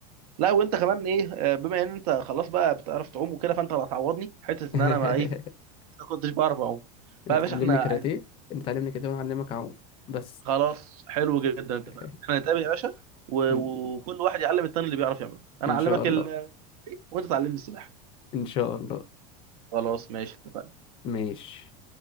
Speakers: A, on the right (about 80°); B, on the left (about 30°).
A: لا وانت كمان ايه آه، بما ان انت خلاص بقى بتعرف تعوم وكده فانت اللي هتعوضني حته
B: <laughs>
A: ان انا ما ايه ما كنتش بعرف اعوم فيا
B: انت
A: باشا
B: تعلمني
A: احنا
B: كاراتيه
A: عايزين
B: انت تعلمني كاراتيه وانا اعلمك اعوم بس
A: خلاص حلو جدا
B: <laughs>
A: اتفقنا احنا نتقابل يا باشا و-
B: ان
A: وكل واحد يعلم التاني اللي بيعرف يعمله انا
B: إن
A: اعلمك
B: شاء الله
A: ال... إيه، وانت تعلمني السباحه
B: ان شاء الله
A: خلاص ماشي اتفقنا
B: ماشي